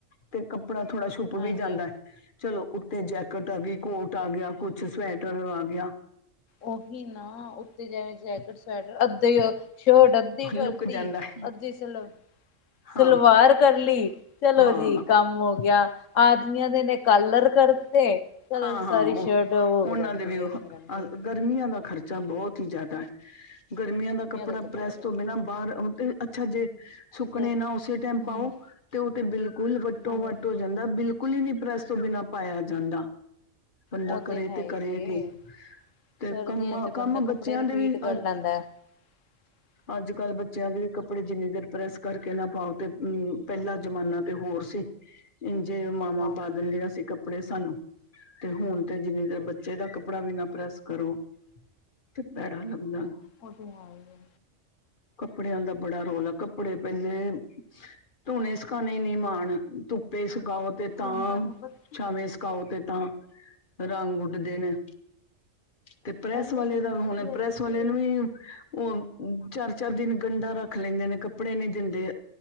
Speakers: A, on the left (about 40°); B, on the left (about 70°).
A: ਤੇ ਕੱਪੜਾ ਥੋੜਾ ਛੁੱਪ
B: ਹਾਂਜੀ
A: ਵੀ ਜਾਂਦਾ ਏ। ਚਲੋ ਉੱਥਤੇ ਜੈਕਟ ਆ ਗਈ, ਕੋਟ ਆ ਗਿਆ, ਕੁਛ ਸਵੈਟਰ ਆ ਗਿਆ।
B: ਉਹੀ ਨਾ ਉੱਤੇ ਜਾ ਜੈਕਟ, ਸਵੈਟਰ ਅੱਧੇ ਸ਼ਰਟ ਅੱਧੀ ਕਰਤੀ,
A: ਲੁਕ ਜਾਂਦਾ ਹੈ
B: ਅੱਧੀ ਸਲ
A: ਹਾਂ
B: ਸਲਵਾਰ ਕਰ ਲਈ ਚਲੋ
A: ਹਾਂ
B: ਜੀ ਕੰਮ ਹੋ ਗਿਆ, ਆਦਮੀਆਂ ਦੇ ਨੇ ਕਲਰ ਕਰਤੇ ਚਲੋ
A: ਹਾਂ,
B: ਜੀ ਸਾਰੀ
A: ਹਾਂ ਉਹ
B: ਸ਼ਰਟ ਰੁਕ
A: ਉਹਨਾਂ
B: ਜਾਂਦੀ
A: ਦੇ ਵੀ ਅਹ
B: ਏ ਰੁਕ ਜਾਂਦੀ ਏ
A: ਗਰਮੀਆਂ ਦਾ ਖਰਚਾ ਬਹੁਤ ਹੀ ਜ਼ਿਆਦਾ ਏ। ਗਰਮੀਆਂ ਦਾ ਕੱਪੜਾ
B: ਤਾਂ
A: ਪ੍ਰੈਸ
B: ਬੜਾ ਵਾ
A: ਤੋਂ ਬਿਨਾਂ ਬਾਹਰ ਅਹ ਤੇ ਅੱਛਾ ਜੇ ਸੁੱਕਨੇ
B: ਸਰ
A: ਨਾ ਉਸੇ ਟਾਈਮ
B: ਹਾਂਜੀ
A: ਪਾਓ, ਤੇ ਉਹ ਤੇ ਬਿਲਕੁਲ ਵੱਟੋ
B: ਹਾਂਜੀ
A: ਵੱਟ ਹੋ ਜਾਂਦਾ ਬਿਲ ਬਿਲਕੁਲ ਨੀ ਪ੍ਰੈਸ ਤੋਂ ਬਿਨਾਂ ਪਾਇਆ ਜਾਂਦਾ। ਬੰਦਾ
B: ਉਹ
A: ਕਰੇ
B: ਹੈ
A: ਤੇ
B: ਹੀ
A: ਕਰੇ
B: ਜੇ
A: ਕਿ। ਤੇ
B: ਸਰਦੀਆਂ
A: ਕੰਮਾਂ
B: ਚ
A: ਕੰਮ
B: ਬੰਦਾ
A: ਬੱਚਿਆਂ
B: ਕੱਪੜੇ ਰਿਪੀਟ
A: ਦੇ ਵੀ
B: ਕਰ
A: ਅੱਜ
B: ਲੈਂਦਾ <inaudible>
A: ਅੱਜ ਕੱਲ੍ਹ ਬੱਚਿਆਂ ਦੇ ਕੱਪੜੇ ਜਿੰਨੀ ਦੇਰ ਪ੍ਰੈਸ ਕਰਕੇ ਨਾ ਪਾਓ, ਤੇ ਅਮ ਪਹਿਲਾ ਜ਼ਮਾਨਾ ਤੇ ਹੋਰ ਸੀ। ਇੰਝੇ ਮਾਵਾ
B: ਹਾਂਜੀ
A: ਪਾ ਦਿੰਦਿਆਂ ਸੀ ਕੱਪੜੇ ਸਾਨੂੰ। ਤੇ ਹੁਣ ਤੇ ਜਿੰਨੀ ਦੇਰ ਬੱਚੇ ਦਾ ਕੱਪੜਾ ਵੀ ਨਾ ਪ੍ਰੈਸ ਕਰੋ, ਤੇ ਭੈੜਾ ਲੱਗਦਾ ਐ।
B: ਉਹ ਤੇ ਹੈਹੀ ਹੈ।
A: ਕੱਪੜਿਆਂ ਦਾ ਬੜਾ ਰੋਲਾ, ਕੱਪੜੇ ਪਹਿਲੇ ਧੋਣੇ, ਸੁਕਾਨਣੇ ਨਹੀਂ ਮਾਣ ਧੁੱਪ ਧੁੱਪੇ ਸੁਕਾਓ ਤੇ ਤਾਂ,
B: ਹੁਣ ਤੁਹਾਨੂੰ ਪਤਾ
A: ਛਾਵੇਂ ਸੁਕਾਓ ਤੇ ਤਾਂ ਰੰਗ ਉੱਡਦੇ ਨੇ। ਤੇ ਪ੍ਰੈਸ
B: ਪਹਿਲੇ
A: ਵਾਲੇ
B: ਸਮੇਂ
A: ਦਾ ਹੁਣ,
B: ਵਧੀਆ
A: ਪ੍ਰੈਸ
B: ਸੀ
A: ਵਾਲੇ
B: ਜੇ
A: ਨੂੰ ਵੀ ਉਹ-ਉਹ, ਚਾਰ-ਚਾਰ ਦਿਨ ਗੰਡਾ ਰੱਖ ਲੈਂਦੇ ਨੇ। ਕੱਪੜੇ ਨਹੀਂ ਦਿੰਦੇ।